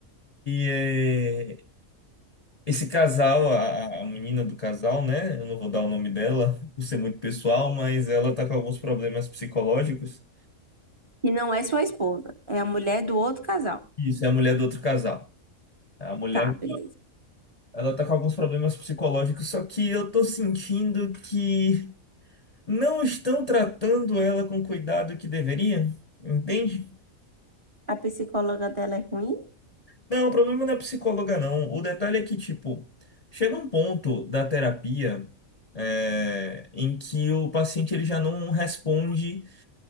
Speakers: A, on the left; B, on the right.
A: E é, Esse casal, a, a menina do casal, né? Eu não vou dar o nome dela, por ser muito pessoal, mas ela tá com alguns problemas psicológicos.
B: E não é sua esposa, é a mulher do outro casal.
A: Isso é a mulher do outro casal. É A mulher,
B: Tá, beleza.
A: ela tá com alguns problemas psicológicos, só que eu tô sentindo que não estão tratando ela com o cuidado que deveria, entende?
B: A psicóloga dela é ruim?
A: Não, o problema não é psicóloga, não. O detalhe é que, tipo, chega um ponto da terapia, é, em que o paciente ele já não responde